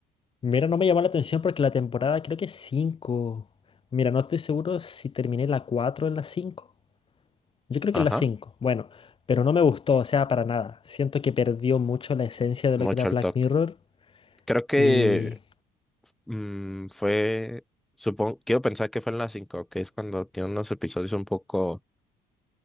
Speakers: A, on the left; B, in the centre.
A: mira, no me llamó la atención porque la temporada creo que es 5. Mira, no estoy seguro si terminé la cuatro o en la cinco Yo creo
B: Ajá.
A: que en la cinco Bueno, pero no me gustó, o sea, para nada. Siento que perdió mucho la esencia de
B: Mucho
A: lo que era Black
B: al toque.
A: Mirror.
B: Creo que
A: Y
B: mm, fue. Supongo, quiero pensar que fue en la cinco que es cuando tiene unos episodios un poco,